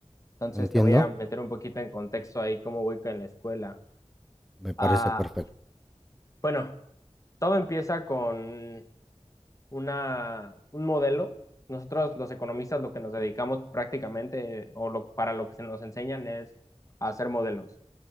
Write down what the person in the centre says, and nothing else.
lo entiendo.
Me parece
perfecto.